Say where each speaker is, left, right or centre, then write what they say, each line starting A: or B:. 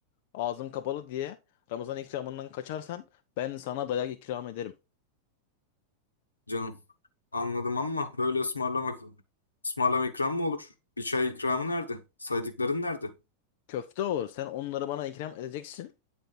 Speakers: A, on the left (about 50°); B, on the left (about 75°).
A: Ağzım kapalı diye Ramazan ikramından kaçarsan ben sana dayak ikram ederim.
B: Canım, anladım ama böyle ısmarlamak, ısmarlama ikram mı olur? Bir çay ikramı nerede? Saydıkların nerede?
A: Köfte olur. Sen onları bana ikram edeceksin.